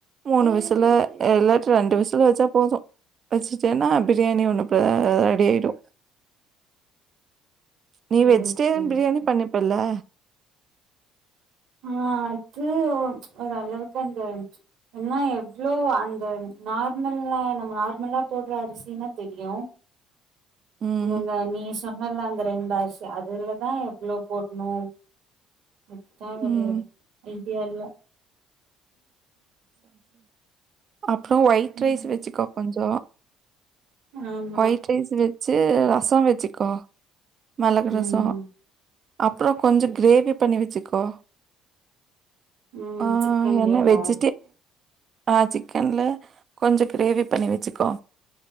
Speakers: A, on the right; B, on the right.
A: மூணு விசுல இல்லாட் ரெண்டு விசுல வெச்சா போது வச்சுட்டேன்னா பிரியாணி ஒன்னு ரெடி ஆய்டு நீ வெஜிடேரியன்
B: ஓகே
A: பிரியாணி
B: ஓகே
A: பண்ணிப்பல்ல
B: ஆ அது ஒரு அளவுக்கு அந்த என்னா எவ்ளோ அந்த நார்மல நம்ம நார்மலா போடுற அரிசினா தெரியு
A: ம்
B: இந்த இந்த நீ சொன்னல அந்த ரெண்டு அரிசி அதுலதா எவ்ளோ போட்ணு அதுதான் ஒரு
A: ம்
B: ஐடியா இல்ல
A: அப்பறம் ஒயிட்
B: ம்
A: ரைஸ் வச்சுக்கோ கொஞ்சோ
B: ஆமா
A: ஒயிட் ரைஸ் வச்சு ரச வச்சுக்கோ மிளகு
B: ம்
A: ரச அப்பற கொஞ்சோ கிரேவி பண்ணி வச்சுக்கோ
B: ம்
A: ஆ
B: சிக்கன்லயா
A: என்ன வெஜ் ஆ சிக்கன்ல கொஞ்சோ கிரேவி பண்ணி வச்சுக்கோ